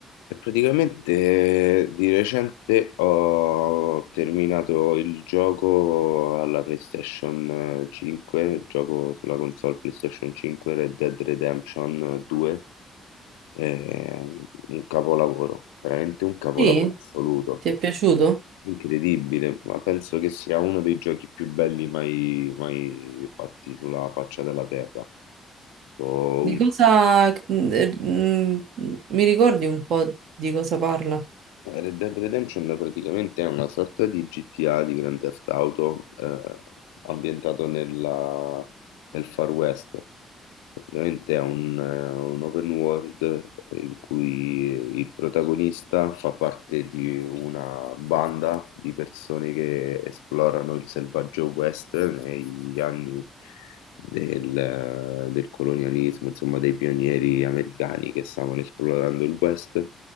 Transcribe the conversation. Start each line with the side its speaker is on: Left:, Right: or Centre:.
Left: E praticamente di recente ho terminato il gioco alla PlayStation 5, il gioco sulla console PlayStation 5 Red Dead Redemption 2, eh, un capolavoro, veramente un capolavoro
Right: Sì,
Left: assoluto,
Right: ti è piaciuto?
Left: incredibile, ma penso che sia uno dei giochi più belli mai, mai fatti sulla faccia della terra. Uno
Right: Di cosa... mm, er, mm, Mi ricordi un po' di cosa parla?
Left: Eh, Red Dead Redemption praticamente è una sorta di GTA di Grand Theft Auto eh, ambientato nella- nel Far West. Praticamente è un, eh, un open world in cui il protagonista fa parte di una banda di persone che esplorano il selvaggio West negli anni del, del colonialismo, insomma, dei pionieri americani che stavano esplorando il West